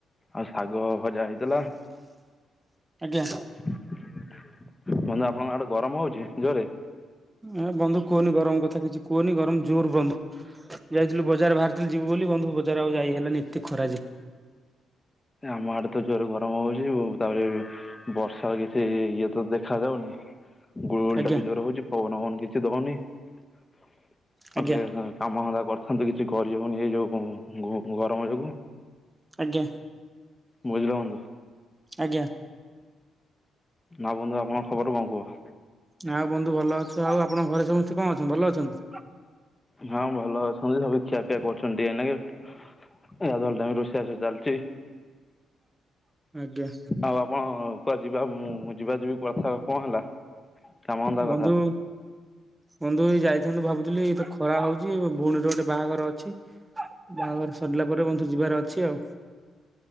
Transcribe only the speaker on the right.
ଆଜ୍ଞା
ଏ ବନ୍ଧୁ କୁହନି ଗରମ କଥା କିଛି କୁହନି ଗରମ ଜୋର ବନ୍ଧୁ। ଯାଇଥିଲୁ ବଜାର ବାହାରିଥିଲି ଯିବୁ ବୋଲି ବନ୍ଧୁ ବଜାର ଆଉ ଯାଇ ହେଲାନି ଏତେ ଖରା ଯେ।
ଆଜ୍ଞା
ଆଜ୍ଞା
ଆଜ୍ଞା।
ଆଜ୍ଞା।
ଆଉ ବନ୍ଧୁ ଭଲ ଅଛ ଆଉ ଆପଣଙ୍କ ଘରେ ସମସ୍ତେ କଣ ଅଛନ୍ତି ଭଲ ଅଛନ୍ତି?
ଆଜ୍ଞା।
ବନ୍ଧୁ।
ବନ୍ଧୁ ଏଇ ଯାଇଥାନ୍ତୁ ଭାବୁଥିଲି ଏ ତ ଖରା ହଉଛି ଭଉଣୀର ଗୋଟେ ବାହାଘର ଅଛି। ବାହାଘର ସରିଲା ପରେ ବନ୍ଧୁ ଯିବାର ଅଛି ଆଉ।